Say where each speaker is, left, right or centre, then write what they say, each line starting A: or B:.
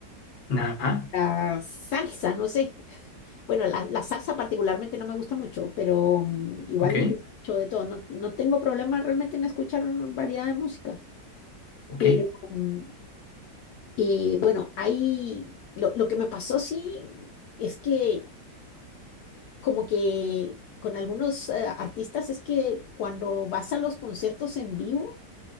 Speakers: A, on the left (about 40°); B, on the left (about 70°).
A: Ajá,
B: a salsa, no sé. Bueno, la, la salsa particularmente no me gusta mucho, pero mm, igual
A: ok,
B: escucho de todo. No, no tengo problema realmente en escuchar variedad de música,
A: ok.
B: pero mm, eh, bueno, hay, lo, lo que me pasó sí es que como que con algunos eh, artistas es que cuando vas a los conciertos en vivo,